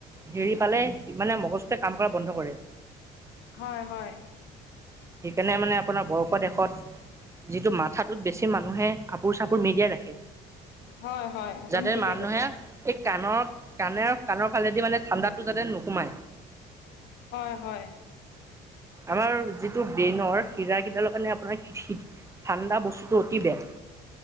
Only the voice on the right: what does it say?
হেৰি পালে মানে মগজে কাম কৰা বন্ধ কৰে
সেইকাৰণে মানে আপোনাৰ বৰফৰ দেশত যিটো মাথাটোত বেছি মানুহে কাপোৰ চাপোৰ মেৰিয়াই ৰাখে।
যাতে
মানুহে
এই কাণৰ কাণৰ কাণৰ ফালেদি মানে ঠাণ্ডাটো যাতে নোসোমাই।
আমাৰ যিটো ব্ৰেইনৰ হিৰা কেইডালৰ কাৰণে আপোনাৰ ঠাণ্ডা বস্তুটো অতি বেয়া।